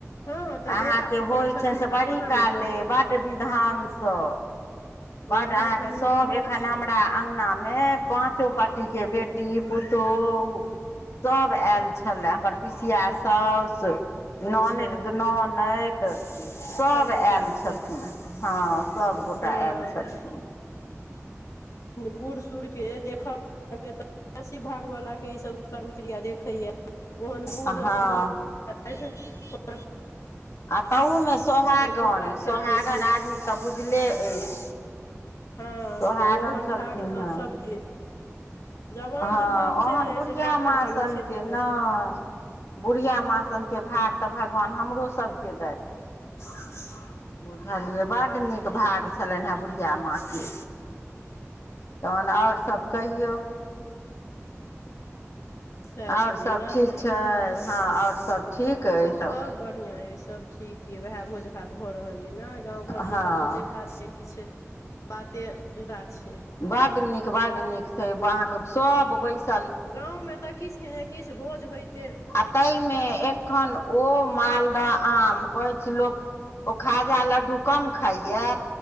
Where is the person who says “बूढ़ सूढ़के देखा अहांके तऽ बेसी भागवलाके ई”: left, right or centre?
Left